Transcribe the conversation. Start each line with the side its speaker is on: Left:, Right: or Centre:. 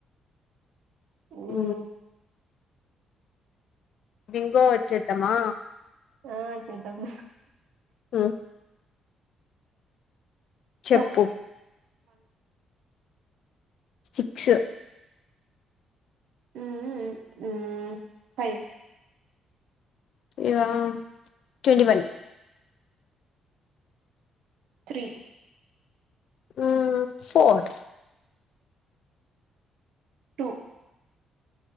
Right: హ్మ్.
Left: ఆ వింగో వచ్చదమా
Right: ఆ చేద్దాంమ
Left: ఆ చెప్పు
Right: చెప్
Left: సిక్స్
Right: ఆ ఫైవ్
Left: ఇగా ట్వంటీ వన్
Right: త్రీ
Left: ఉ ఫోర్
Right: టూ